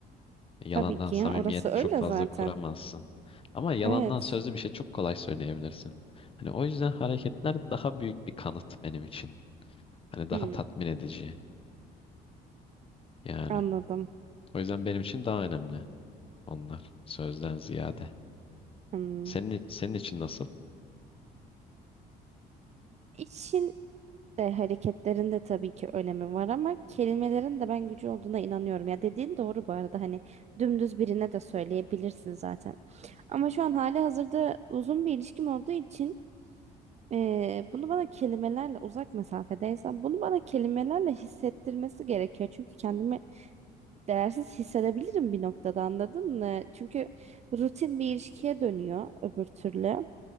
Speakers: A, on the left; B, on the right.
A: Yalandan
B: tabii ki
A: samimiyet
B: ya orası öyle
A: çok fazla
B: zaten.
A: kuramazsın. Ama yalandan
B: Evet.
A: sözlü bir şey çok kolay söyleyebilirsin. Hani o yüzden hareketler daha büyük bir kanıt benim için. Hani daha
B: Hmm,
A: tatmin edici yani.
B: anladım.
A: O yüzden benim için daha önemli onlar sözden ziyade.
B: Hmm.
A: Senin senin için nasıl?
B: İçin de hareketlerin de tabii ki önemi var ama kelimelerin de ben gücü olduğuna inanıyorum. Ya dediğin doğru bu arada hani dümdüz birine de söyleyebilirsin zaten. Ama şu an hali hazırda uzun bir ilişkim olduğu için eee, bunu bana kelimelerle uzak mesafedeysem bunu bana kelimelerle hissettirmesi gerekiyor. Çünkü kendimi değersiz hissedebilirim bir noktada anladın mı? Çünkü rutin bir ilişkiye dönüyor öbür türlü.